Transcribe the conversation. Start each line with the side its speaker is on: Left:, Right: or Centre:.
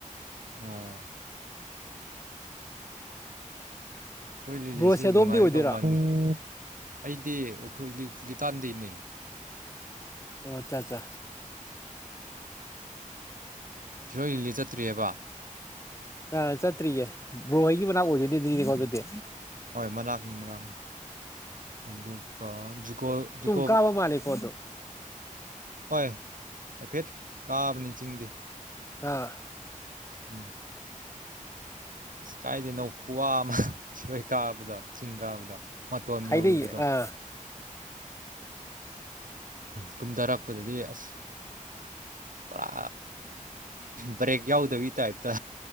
Right: ꯑꯣ ꯁꯔꯣꯏ ꯂꯤꯂꯤꯁꯤ
Left: ꯕ꯭ꯔꯣꯁꯦ ꯑꯗꯣꯝꯗꯤ
Right: ꯅꯨꯡꯉꯥꯏꯒꯗꯧꯕ
Left: ꯑꯣꯏꯗꯣꯏꯔꯣ
Right: ꯃꯥꯥꯟꯂꯤ ꯑꯩꯗꯤ ꯎꯈ꯭ꯔꯨꯜ ꯂꯤꯇꯥꯟꯗꯩꯅꯤ
Left: ꯑꯣ ꯑꯆꯥꯠꯆꯥ
Right: ꯁꯤꯔꯣꯏ ꯂꯤꯂꯤ ꯆꯠꯇ꯭ꯔꯤꯑꯦꯕ
Left: ꯑ ꯆꯠꯇ꯭ꯔꯤꯌꯦ ꯕ꯭ꯔꯣ ꯍꯣꯢꯒꯤ ꯃꯅꯥꯛ ꯑꯣꯏꯗꯣꯏꯅꯦ ꯑꯗꯨꯗꯤꯒꯣ
Right: ꯎꯝ
Left: ꯑꯗꯨꯗꯤ
Right: ꯍꯣꯏ ꯃꯅꯥꯛꯅꯤ ꯃꯅꯥꯛꯅꯤ ꯑꯗꯨꯒ ꯖꯨꯀꯣ ꯖꯨꯀꯣ
Left: ꯀꯥꯕ ꯒꯣ ꯑꯗꯨꯝ
Right: ꯍꯣꯏ ꯍꯥꯏꯐꯦꯠ ꯀꯥꯕꯅꯤ ꯆꯤꯡꯗꯤ
Left: ꯑꯥ
Right: ꯎꯝ ꯑꯁ ꯀꯥꯏꯗꯩꯅꯣ ꯈꯨꯋꯥ ꯑꯃ ꯁꯤꯔꯣꯏ ꯀꯥꯕꯗꯣ ꯆꯤꯡ ꯀꯥꯕꯗꯣ ꯃꯥꯇꯣꯟ
Left: ꯍꯥꯏꯅꯩꯌꯦ
Right: ꯌꯧꯔꯨꯕꯗꯣ
Left: ꯑꯥ
Right: ꯀꯨꯝꯗꯥꯔꯛꯄꯗꯗꯤ ꯑꯁ ꯄꯨꯔꯥ ꯕ꯭ꯔꯦꯛ ꯌꯥꯎꯗꯕꯩ ꯇꯥꯞꯇ